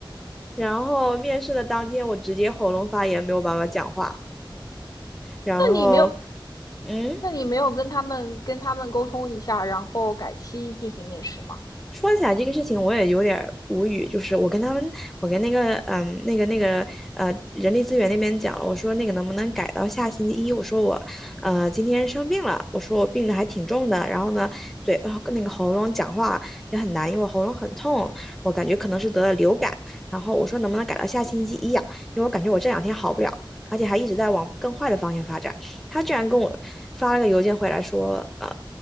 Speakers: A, in the centre; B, on the left (about 45°).
A: 然后面试的当天我直接喉咙发炎，没有办法讲话，然后，
B: 那你没有，
A: 嗯。
B: 那你没有跟他们跟他们沟通一下，然后改期进行面试吗？
A: 说起来这个事情，我也有点儿无语。就是我跟他们，我跟那个嗯，那个那个呃，人力资源那边讲了，我说那个能不能改到下星期一？我说我呃今天生病了，我说我病的还挺重的，然后呢，嘴呃那个喉咙讲话也很难，因为我喉咙很痛，我感觉可能是得了流感。然后我说能不能改到下星期一呀、因为我感觉我这两天好不了。而且还一直在往更坏的方向发展，他居然跟我发了个邮件回来说，呃，